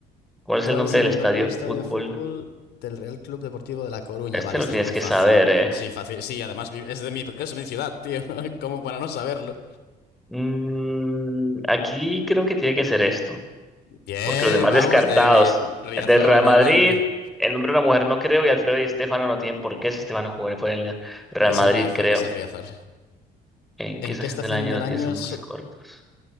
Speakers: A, on the left; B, in the centre.
A: <laughs>
B: ¿Cuál es
A: ¿Cuál
B: el nombre
A: es el
B: del estadio
A: nombre del estadio
B: de fútbol?
A: de fútbol del Real Club Deportivo de La Coruña?
B: Este
A: Vale,
B: lo
A: este
B: tienes
A: es muy
B: que
A: fácil.
B: saber, ¿eh?
A: Sí, fácil. Sí, además vi- es de mi, es de mi ciudad, tío. <laughs> Como para no saberlo.
B: Mm, aquí creo que tiene que ser esto,
A: Bien,
B: porque los demás
A: vamos,
B: descartados.
A: David. Riazor,
B: El del Real
A: obviamente.
B: Madrid, el nombre de una mujer no creo, y Alfredo y Estefano no tienen por qué si Estefano jugó por el Real
A: Es
B: Madrid,
A: el Riazor,
B: creo.
A: es el Riazor.
B: ¿En qué
A: ¿En
B: estación
A: qué estación
B: del año
A: del
B: los
A: año
B: días son
A: so-
B: más cortos?